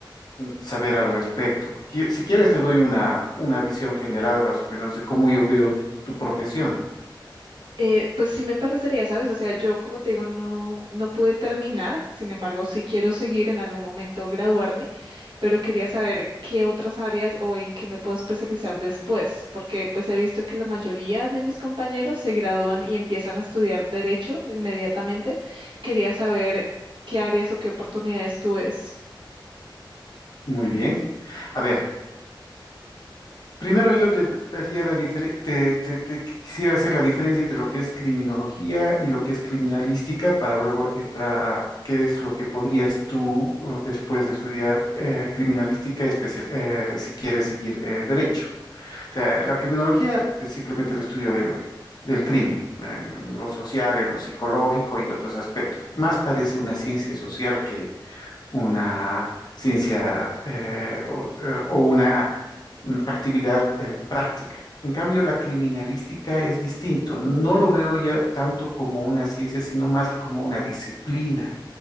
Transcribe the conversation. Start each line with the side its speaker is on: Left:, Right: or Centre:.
Left: saber al respecto? Qui- Si quieres, te doy una, una visión general más o menos de cómo yo veo tu profesión.
Right: Eh, pues sí me parecería, ¿sabes? O sea, yo como te digo, no, no pude terminar, sin embargo, sí quiero seguir en algún momento graduarme, pero quería saber qué otras áreas o en qué me puedo especializar después, porque pues he visto que la mayoría de mis compañeros se gradúan y empiezan a estudiar derecho inmediatamente. Quería saber qué áreas o qué oportunidades tú ves.
Left: Muy bien. A ver. Primero yo te daría la difere- te, te- te quisiera hacer la diferencia entre lo que es criminología y lo que es criminalística para luego entrar a qué es lo que podrías tú eh, después de estudiar eh, criminalística especial eh, si quieres seguir eh, derecho. O sea, la criminología es simplemente el estudio del, del crimen, eh, en lo social, en lo psicológico y otros aspectos. Más parece una ciencia social que una ciencia eh, o, eh, o una mm, actividad eh, práctica. En cambio, la criminalística es distinto. No lo veo ya tanto como una ciencia, sino más como una disciplina,